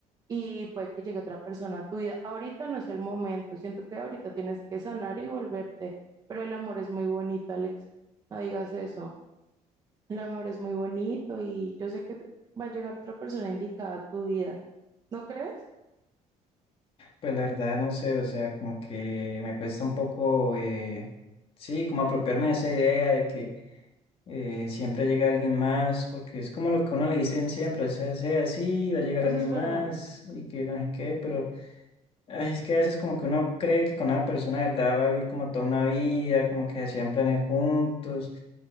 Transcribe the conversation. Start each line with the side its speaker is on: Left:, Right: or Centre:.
Right: y puede que llegue otra persona a tu vida. Ahorita no es el momento, siento que ahorita tienes que sanar y volverte, pero el amor es muy bonito, Alex, no digas eso. El amor es muy bonito y yo sé que va a llegar otra persona indicada a tu vida, ¿no crees?
Left: Pues la verdad, no sé, o sea, como que me cuesta un poco, eh, sí, como apropiarme de esa idea de que eh, siempre llega alguien más, porque es como lo que a uno le dicen siempre, o sea, sea así, va a llegar
Right: Eso
Left: alguien
Right: es verdad.
Left: más y que no sé qué, pero... Ay, Es que a veces como que uno cree que con una persona de verdad va a vivir como toda una vida, como que hacían planes juntos